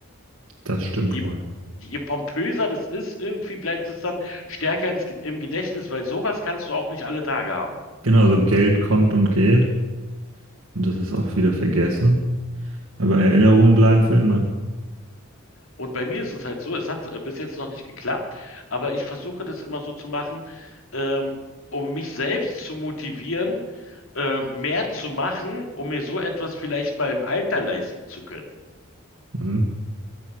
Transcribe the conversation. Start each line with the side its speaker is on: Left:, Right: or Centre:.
Right: Das stimmt
Left: Je,
Right: wohl.
Left: je pompöser das ist, irgendwie bleibt es dann stärker ins, Ge- im Gedächtnis, weil sowas kannst du auch nicht alle Tage haben.
Right: Genau, also Geld kommt und geht und das ist auch wieder vergessen, aber Erinnerungen bleiben für immer.
Left: Und bei mir ist es halt so, es hat äh, bis jetzt noch nicht geklappt, aber ich versuche das immer so zu machen, ähm, um mich selbst zu motivieren, äh, mehr zu machen, um mir so etwas vielleicht mal im Alter leisten zu können,
Right: Mhm.